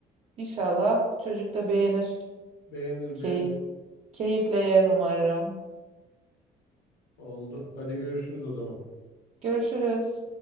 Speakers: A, on the right; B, on the left.
A: İnşallah çocuk da beğenir.
B: Beğenir
A: Key
B: beğenir.
A: keyifle yer umarım.
B: Oldu. Hadi görüşürüz o zaman.
A: Görüşürüz.